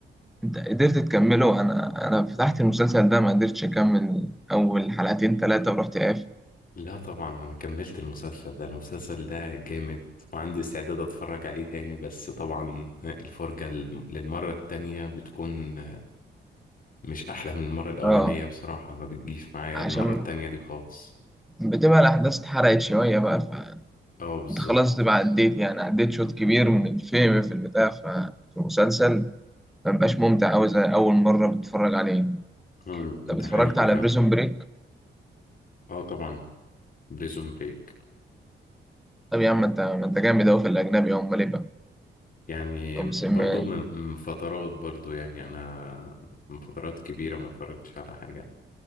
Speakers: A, in the centre; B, on the left.
A: أنت قدرت تكمله أنا أنا فتحت المسلسل ده ما قدرتش أكمل أول حلقتين تلاتة ورحت قاف
B: لا طبعا أنا كملت المسلسل ده المسلسل ده جامد وعندي استعداد أتفرج عليه تاني بس طبعا الفرجة للمرة التانية بتكون مش احلى من المره الاولانيه
A: أه
B: بصراحه ما بتجيش معايا
A: عشان
B: المره التانية دي خالص
A: بتبقى الأحداث اتحرقت شوية بقى فأنت
B: اه بالظبط
A: خلاص تبقى عديت يعني عديت شوط كبير من الفيلم في البتاع ف- في المسلسل ما بيبقاش ممتع أوي زي أول مرة بتتفرج عليه
B: مم، ده
A: طب اتفرجت
B: حقيقي
A: على
B: فعلا
A: بريزون بريك
B: اه طبعا بريزون بريك
A: طب يا عم انت ما انت جامد أوي في الأجنبي أمال إيه بقى
B: يعني
A: طب
B: برضو
A: سمعت
B: من من فترات برضو يعني انا من فترات كبيره ما اتفرجتش على حاجه